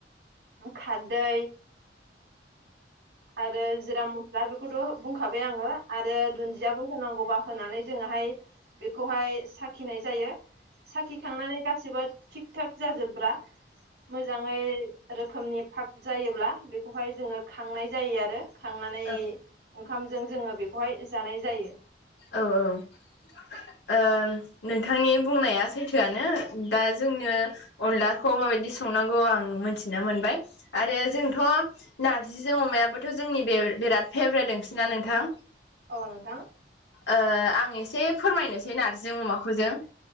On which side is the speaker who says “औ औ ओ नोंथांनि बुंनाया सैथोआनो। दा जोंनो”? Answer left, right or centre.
Left